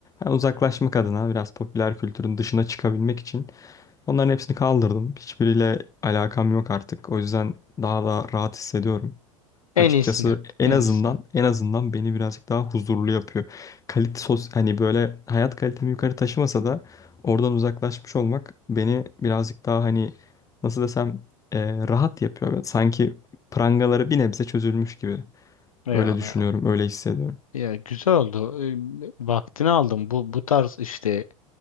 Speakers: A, on the left (about 20°); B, on the left (about 80°).
A: ben uzaklaşmak adına biraz popüler kültürün dışına çıkabilmek için onların hepsini kaldırdım. Hiçbiriyle alakam yok artık. O yüzden daha da rahat hissediyorum.
B: En
A: Açıkçası
B: iyisini yap.
A: en
B: En
A: azından
B: iyisini. yap.
A: en azından beni birazcık daha huzurlu yapıyor. Kalite sos hani böyle hayat kalitemi yukarı taşımasa da oradan uzaklaşmış olmak beni birazcık daha hani nasıl desem e, rahat yapıyor. Böyle Sanki prangaları bir nebze çözülmüş gibi.
B: Eyvallah
A: Öyle düşünüyorum,
B: eyvallah.
A: öyle hissediyorum.
B: Ya güzel oldu. Ee, Vaktini aldım. Bu bu tarz işte